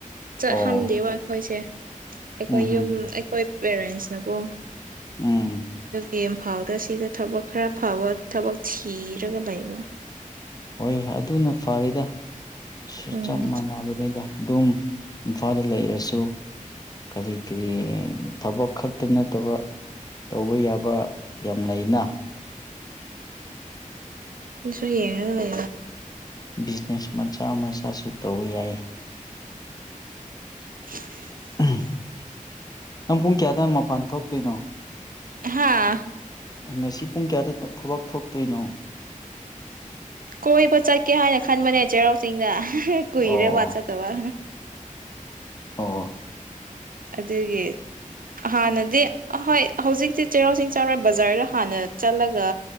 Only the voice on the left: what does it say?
ꯑꯣ
ꯎꯝ
ꯎꯝ
ꯎꯝ
ꯍꯣꯏ ꯑꯗꯨꯅ ꯐꯔꯦꯗ ꯁ
ꯆꯞ ꯃꯥꯟꯅꯕꯅꯤꯗ ꯑꯗꯨꯝ ꯏꯝꯐꯥꯜꯗ ꯂꯩꯔꯁꯨ ꯀꯔꯤ ꯀꯔꯤ ꯊꯕꯛ ꯈꯛꯇ ꯅꯠꯇꯕ ꯇꯧꯕ ꯌꯥꯕ ꯌꯥꯝ ꯂꯩꯅ ꯍ
ꯕꯤꯖꯤꯅꯦꯁ ꯃꯆꯥ ꯃꯆꯥꯁꯨ ꯇꯧꯕ ꯌꯥꯏ
<inaudible> ꯅꯪ ꯄꯨꯡ ꯀꯌꯥ ꯇꯋꯥꯏ ꯃꯄꯥꯟ ꯊꯣꯛꯇꯣꯏꯅꯣ
ꯉꯁꯤ ꯄꯨꯡ ꯀꯌꯥꯗ ꯊꯕꯛ ꯊꯣꯛꯇꯣꯏꯅꯣ
ꯑꯣ
ꯑꯣ ꯑꯣ